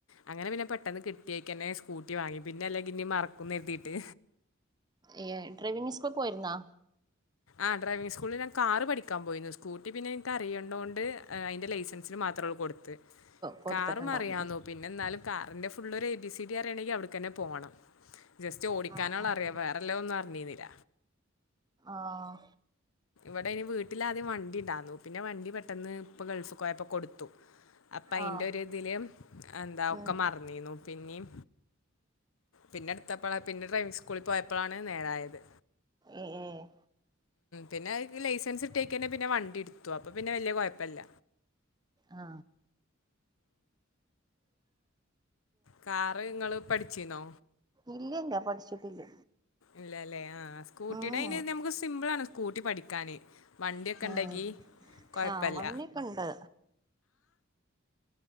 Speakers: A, on the left; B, on the right.
A: അങ്ങനെ പിന്നെ പെട്ടെന്ന് കിട്ടിയേക്കന്നെ സ്കൂട്ടി വാങ്ങി പിന്നെല്ലങ്കിനി മറ ക്കും ന്നര്തീട്ട്.
B: ഇയ് ഡ്രൈവിങ് സ്കൂൾ ക് പോയിരുന്നോ?
A: ആഹ് ഡ്രൈവിംങ് സ്കൂളിൽ ഞാൻ കാറ് പഠിക്കാൻ പോയിന്നു. സ്കൂട്ടി പിന്നെ ഇന്ക്ക് അറിയണ്ടോ ണ്ട് അയ്ൻ്റെ ലൈസൻസിന് മാത്രൊള്ളു കൊടുത്ത്.
B: കൊടുത്തിട്ടുണ്ടാവും
A: കാറും അറിയാന്നു പിന്ന ന്നാലും കാറിന്റെ ഫുള്ളൊരു എ ബി സി ഡി അറിയണെങ്കി അവിട്ക്കന്നെ പോണം. ജസ്റ്റ് ഓടിക്കാനൊള്ള്
B: ആഹ് ആഹ്
A: അറിയാ വേറെ ഇള്ളെയ് ഒന്നും അറ്ഞ്ഞിന്നില്ല
B: ആഹ്
A: ഇവെടെയ്ന് വീട്ട്ൽ ആദ്യം വണ്ടിണ്ടാർന്നു പിന്നെ വണ്ടി പെട്ടെന്ന് ഇപ്പ ഗെൾഫ്ക്ക് പോയപ്പോ കൊട് ത്തു അപ്പയ്ൻ്റെ
B: ആഹ്
A: ഒര് ഇതിൽ എന്താ ഒക്കെ
B: ഉം
A: മറ്ന്നിന്നു പിന്നിം പിന്നെ ഇട്ത്തപ്പെളാ പിന്നെ ഡ്രൈവിങ് സ്കൂളൽ പോയപ്പെളാണ് നേരാ ആയെത്
B: എ ഏഹ്
A: പിന്നെ അയിക് ലൈസൻസ് കിട്ടിയേക്കന്നെ പിന്നെ വണ്ടിട്ത്തു അപ്പൊ പിന്നെ വല്ല്യ കുഴപ്പല്ല
B: ആ
A: കാറ് ഇങ്ങള് പഠിച്ചീന്നോ
B: ഇല്ലല്ല പഠിച്ചിട്ടില്ല
A: ഇല്ലല്ലേ ആ ആ സ്കൂട്ടിടയ്ന്
B: ഉം
A: നമ്ക്ക് സിമ്പിളാണ് സ്കൂട്ടി പഠിക്കാന് വണ്ടിയൊക്കെണ്ടങ്കി
B: ഉം
A: കൊഴപ്പല്ല
B: ആഹ് വണ്ടിയൊക്കെ ഉണ്ട്